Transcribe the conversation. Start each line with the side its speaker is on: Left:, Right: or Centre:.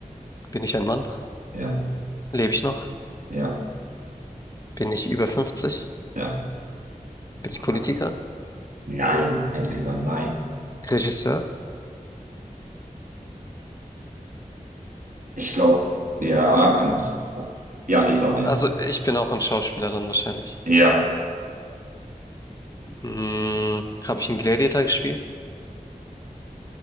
Left: Bin ich ein Mann?
Right: ja,
Left: Lebe ich noch?
Right: ja,
Left: Bin ich über 50?
Right: ja.
Left: Bin ich
Right: Ah,
Left: Politiker?
Right: Nein, endlich mal nein.
Left: Regisseur?
Right: Ich glaube, ja, kann auch sein. Ja, ja, ich sag mal
Left: Also
Right: ja.
Left: ich bin auch ein Schauspieler dann wahrscheinlich.
Right: Ja,
Left: Hm, habe ich einen Gladiator gespielt?